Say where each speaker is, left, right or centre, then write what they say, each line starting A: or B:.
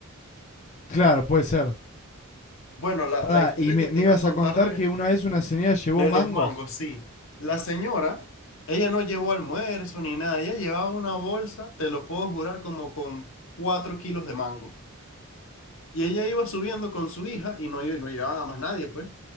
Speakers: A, on the left; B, on the left.
A: Claro, puede ser.
B: Bueno, la,
A: Pará,
B: la historia
A: y me,
B: que te
A: me
B: iba
A: ibas
B: a contar
A: a contar
B: de,
A: que una vez una señora llevó
B: De
A: mangos.
B: los mangos, sí. La señora, ella no llevó almuerzo ni nada, ella llevaba una bolsa, te lo puedo jurar, como con cuatro kilos de mango. Y ella iba subiendo con su hija y no, no llevaba a más nadie, pues.